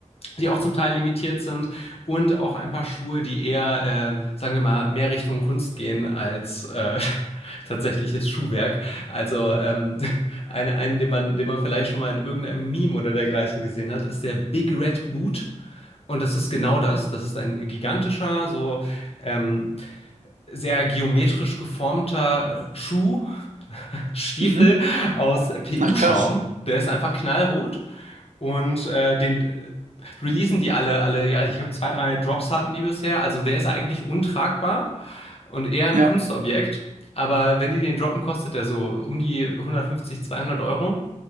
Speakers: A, on the left; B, on the right.
A: die auch zum Teil limitiert sind und auch ein paar Schuhe, die eher, äh, sagen wir mal, mehr Richtung Kunst gehen als äh, <laughs> tatsächliches Schuhwerk. Also ähm, <laughs> ein, einen, den man, den man vielleicht schon mal in irgendeinem Meme oder dergleichen gesehen hat, ist der Big Red Boot. Und das ist genau das. Das ist ein gigantischer, so ähm, sehr geometrisch geformter äh, Schuh, <laughs> Stiefel
B: Mhm.
A: aus PU-Schaum.
B: Ach, krass.
A: Der ist einfach knallrot. Und äh, den äh, releasen die alle, alle, ja, ich glaube, zwei, drei Drops hatten die bisher. Also der ist eigentlich untragbar und eher ein
B: Ja.
A: Kunstobjekt. Aber wenn die den droppen, kostet der so um die 150, 200 Euro.